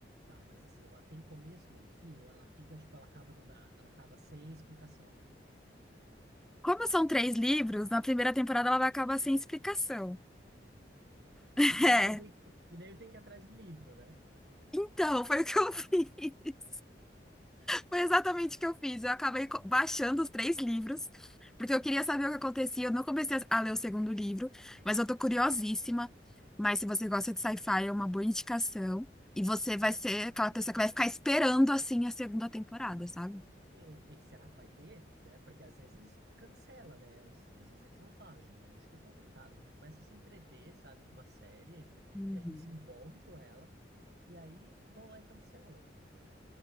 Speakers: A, on the right (about 60°); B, in the centre.
A: tá, mas assim, ela tem começo, meio e fim, ou ela fica, tipo, ela acaba do nada, ela acaba sem explicação.
B: Como são três livros, na primeira temporada ela vai acabar sem explicação. <laughs>
A: E
B: É,
A: daí eu tenho que, e daí eu tenho que ir atrás do livro, né?
B: então, foi o que eu <laughs> fiz. Foi exatamente o que eu fiz. Eu acabei co- baixando os três livros, porque eu queria saber o que acontecia. Eu não comecei a ler o segundo livro, mas eu tô curiosíssima. Mas se você gosta de sci-fi, é uma boa indicação. E você
A: Ah,
B: vai
A: mas
B: ser aquela pessoa que vai ficar esperando, assim, a segunda temporada, sabe?
A: E, e será que vai ter? Né? Porque às vezes cancela, né? Assim, às vezes eles não fazem, né? Isso que é complicado. A gente começa a se entreter, sabe, com uma série, a gente,
B: Uhum.
A: a gente se envolve com ela, e aí vão lá e cancelam, né?